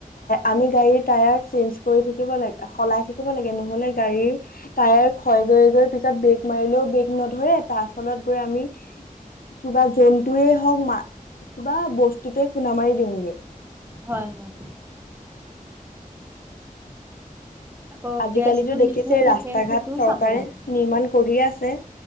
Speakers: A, on the left; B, on the right.
A: আমি গাড়ীৰ টায়াৰ চেঞ্জ কৰি থাকিব লাগে সলাই থাকিব লাগ- লে নহলে গাড়ীৰ টায়াৰ খয় গৈ গৈ পিছত ব্ৰেক মাৰিলেও ব্ৰেক নধৰে তাৰ ফলত গৈ আমি কিবা জন্তুয়ে হক কিবা বস্ত- তাতেই খুন্দা মাৰি দিওঁগে।
B: হয় হয়। আকৌ
A: আজিকালিতো
B: গেছবোৰ
A: দেখিছে
B: লিক হৈ
A: ৰাস্তা
B: থাকে সেইটোও
A: ঘাট চৰকাৰে
B: চাব লাগে।
A: নিৰ্মাণ কৰিয়ে আছে।